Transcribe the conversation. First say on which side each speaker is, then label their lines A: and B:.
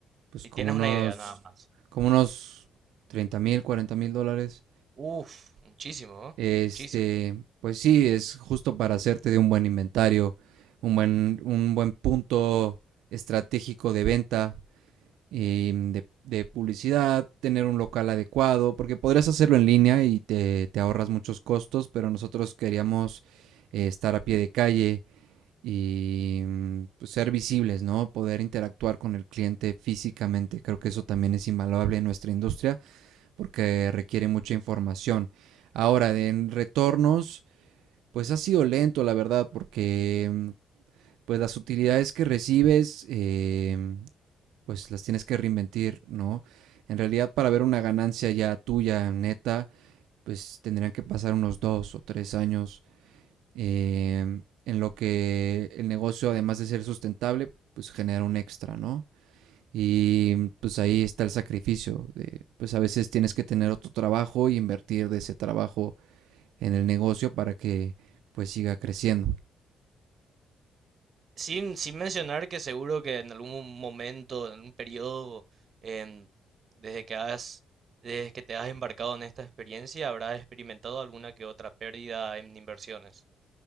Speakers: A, on the right; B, on the right.
A: pues
B: Si
A: como
B: tienes
A: unos,
B: una idea nada más.
A: como unos treinta mil, cuarenta mil dólares,
B: Uf, muchísimo, ¿eh?
A: este,
B: Muchísimo.
A: pues sí, es justo para hacerte de un buen inventario, un buen, un buen punto estratégico de venta eh, de, de publicidad, tener un local adecuado, porque podrías hacerlo en línea y te, te ahorras muchos costos, pero nosotros queríamos eh, estar a pie de calle y mm, pues, ser visibles, ¿no? Poder interactuar con el cliente físicamente. Creo que eso también es invaluable en nuestra industria porque requiere mucha información. Ahora, en retornos, pues ha sido lento, la verdad, porque mm, pues las utilidades que recibes, eh, pues las tienes que reinventir, ¿no? En realidad para ver una ganancia ya tuya, neta, pues tendrían que pasar unos dos o tres años eh, en lo que el negocio, además de ser sustentable, pues genera un extra, ¿no? Y pues ahí está el sacrificio. De, pues a veces tienes que tener otro trabajo y invertir de ese trabajo en el negocio para que pues siga creciendo.
B: Sin, sin mencionar que seguro que en algún momento, en un periodo, em, desde que has, desde que te has embarcado en esta experiencia, habrás experimentado alguna que otra pérdida en inversiones.